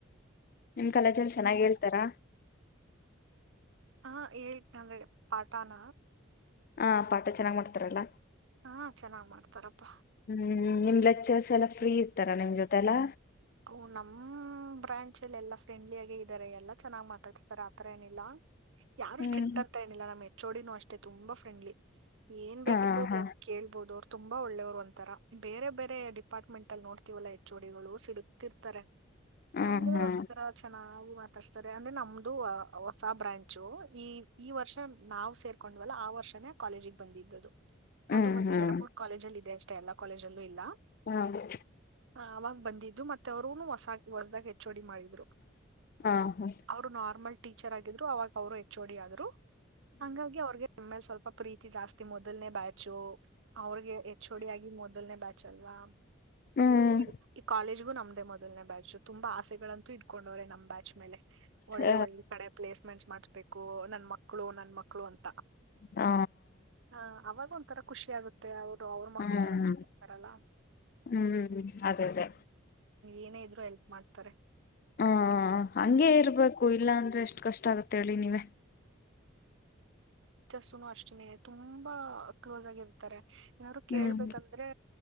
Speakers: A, on the left (about 45°); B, on the right (about 70°).
A: ನಿಮ್ ಕಲಚಲ್ಲಿ ಚೆನ್ನಾಗಿ್ ಹೇಳ್ತಾರ
B: ಹಾ ಹೇಳಿ ನಂದ್ರೆ ಪಾಠಾನ
A: ಹ ಪಾಠ ಚೆನ್ನಾಗ್ ಮಾಡ್ತಾರಲ್ಲ
B: ಹಾ ಚೆನ್ನಾಗ್ ಮಾಡ್ತಾರಪ್ಪಾ
A: ಹ್ಮ್ ನಿಮ್ ಲೆಕ್ಚರ್ಸ್ ಎಲ್ಲಾ ಫ್ರೀ ಇರ್ತಾರಾ ನಿಮ್ ಜೊತೆಲ್ಲಾ
B: ಓ ನಮ್ ಬ್ರಾಂಚಲ್ಲಿ ಎಲ್ಲಾ ಫ್ರೆಂಡ್ಲಿಿಯಗಿ ಇದ್ದಾರೆ ಎಲ್ಲಾ ಚೆನ್ನಾಗ್ ಮಾತಾಡ್ಸ್ತಾರೆ ಆತರ ಏನಿಲ್ಲ ಯಾರು
A: ಹ್ಮ್
B: ಸ್ಟ್ರಿಕ್ಟ್ ಅಗ್ಂತಾ ಏನಿಲ್ಲ ನಮ್ಮ್ ಹೆಚ್ಚೋಡಿನೂ ಅಷ್ಟೇ ತುಂಬಾ ಫ್ರೆಂಡ್ಲಿ ಏನ್
A: ಹಾ
B: ಬೇಕಿದ್ರು
A: ಹಾ
B: ಲೈಕ್ ಕೇಳ್ಬೋದು ಅವ್ರು ತುಂಬಾ ಒಳ್ಳೆಯ್ರು ಅಂತ ರ ಬೇರೆ ಬೇರೆ ಡಿಪಾರ್ಟ್ಮೆಂಟ್ ಅಲ್ಲಿ ನೋಡ್ತಿೀವಲ್ಲಾ ಎಚ್ ಡಿಗಳು ಸಿಡತಿರ್ತಾರೆ
A: ಹ್ಮ್
B: ನಮ್ದ್ರ
A: ಹ್ಮ್
B: ಚೆನ್ನಾಗಿ ಮಾತಾಡ್ಸ್ತಾರೆ ಅಂದ್ರೆ ನಮ ಹೊಸ ಬ್ರಾಂಚು ಈ ಈ ವರ್ಷ ನಾವವು ಸೇರ್ಕೊಂಡ್ವಲ್ಲ ಆ ವರ್ಷ ಕಾಲೇಜಿಗೆ ಬಂದಿದ್ದು
A: ಹ್ಮ್
B: ಅದು ಒಂದ್
A: ಹ್ಮ್
B: ಎರಡು ಮೂರ್ ಕಾಲೇಜಲ್ಲಿ ಇದೆ ಅಷ್ಟೇ ಎಲ್ಲಾ ಕಾಲೇಜಲ್ಲೂ ಇಲ್ಲ
A: ಹಾದ
B: ಆಾಗ ಬಂದಿದ್ದು ಮತ್ತ ಅವ್ರರುನು ಹೊಸ ಹೊಸ್ದಾಗ ಹೆಚ್ ಡಿ ಮಾಡಿದ್ರು
A: ಹಾ ಹ್ಮ್
B: ಅವರು ನಾರ್ಮಲ್ ಟೀಚರ್ ಆಗಿದ್ರು ಅವಾಗ ಅವರು ಎಚ್ ಓಡಿ ಆದ್ರು ಹಂಗಾಗಿ ಅವ್ರಿಗೆ ಆಮೇಲೆ ಸ್ವಲ್ಪ ಪ್ರೀತಿ ಜಾಸ್ತಿ ಮೊದಲ್ನೆೇ ಬ್ಯಾಚು ಅವ್ರಿಗೆ ಹೆಚ್ಚೋಡಿ ಆಾಗಿ ಮೊದಲನೆೇ ಬ್ಯಾು ಲ್ವಾ
A: ಹ್ಮ್
B: ಮತ್ತೆ ಈ ಕಾಲೇಜ್ಗು ನಮ್ದ ಅ ಮೊದನೇ ಬ್ಯಾಚ್ು ತುಂಬಾ ಆಸೆಗಳಂತೂ ಇಡ್ಕೊಂಡವ್ರೆ ನಮ್ಮ್್ಯಾಚ್ ಮೇಲೆ
A: ಹ
B: ಒಳ್ಳೆ ಒಳ್ಳೆ ಕಡೆ ಪ್ಲೇಸ್ಮೆಂಟ್ ಮಾಡಬೇಕು ನನ್ ಮಕ್ಳು ನನ್ ಮಕ್ಳು ಅಂತ
A: ಹ
B: ಆ ಅವಾಗ ಒಂಥರ ಖುಷಿ ಆಗುತ್ತೆ ಅವ್ರು ಅವ್ರ ಮಕ್ಳ
A: ಹ್ಮ್
B: ತರಡ್ತಾರಲ್ಲ
A: ಹ್ಮ್ ಅದೇ ಅದೇ
B: ಏನೇ ಇದ್ರು ಹೆಲ್ಪ್ ಮಾಡ್ತಾರೆ
A: ಹ ಹಂಗಗೆ ಇರ್ಬೇಕು ಇಲ್ಲಾಂತ ಎಷ್ಟ ಕಷ್ಟ ಆಗತ್ತೆ ಹೇಳಿ ನೀವವೆ
B: ಸು ಅಷ್ಟೇ ತುಂಬಾ ಕ್ಲೋಸ್ ಆಗಿರುತ್ತೆ ಏನಾದ್ರು ಕೇಳ್ಬೇಕಂದ್ರೆ
A: ಹ್ಮ್